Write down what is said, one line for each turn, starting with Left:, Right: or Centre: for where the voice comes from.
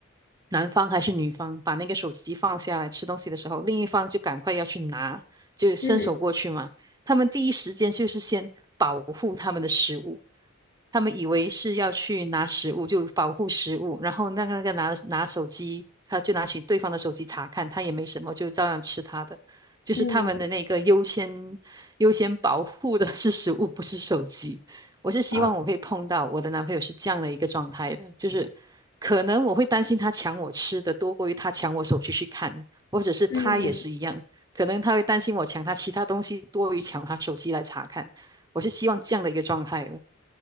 Right: 男方还是女方把那个手机放下来吃东西的时候，另一方就赶快要去拿，就伸手过去嘛。
Left: 嗯
Right: 他们第一时间就是先保护他们的食物，他们以为是要去拿食物，就保护食物，然后那个那个拿拿手机，他就拿起对方的手机查看，他也没什么，就照样吃他的。就是他们的那个优先优先保护的是食物，
Left: 嗯
Right: 不是手机。我是希望我可以碰到我的男朋友是这样的一个状态的，
Left: 啊
Right: 就是可能我会担心他抢我吃的多过于他抢我手机去看，或者是他也是一样，
Left: 嗯，
Right: 可能他会担心我抢他其他东西多于抢他手机来查看。我是希望这样的一个状态了。